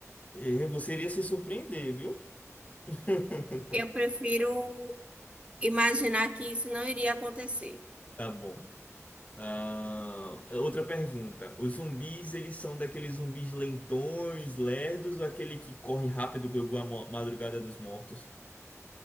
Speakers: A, on the left (about 25°); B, on the right (about 20°).
A: Eh, Você iria se surpreender, viu? <laughs>
B: Eu prefiro imaginar que isso não iria acontecer.
A: Tá bom. Ah, é outra pergunta. Os zumbis, eles são daqueles zumbis lentões, lerdos, ou aquele que corre rápido como a mo- madrugada dos mortos?